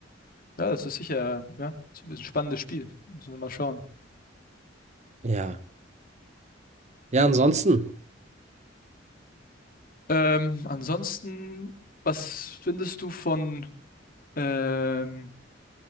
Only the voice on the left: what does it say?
Ja, das ist sicher, ja, ist ein spannendes Spiel. Müssen wir mal schauen.
Ähm, ansonsten, was findest du von, ähm,